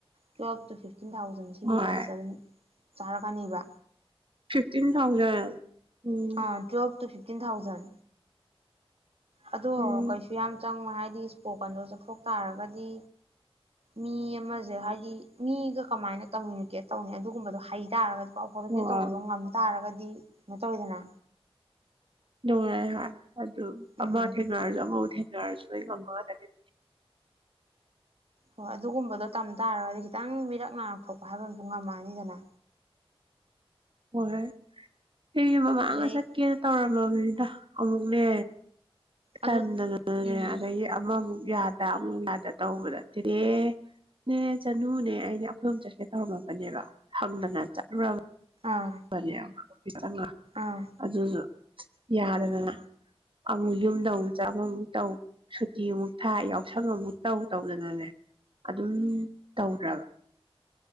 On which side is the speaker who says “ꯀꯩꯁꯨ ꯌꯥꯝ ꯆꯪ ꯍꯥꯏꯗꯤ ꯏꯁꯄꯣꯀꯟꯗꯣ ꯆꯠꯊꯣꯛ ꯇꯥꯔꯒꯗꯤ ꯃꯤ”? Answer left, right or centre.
Right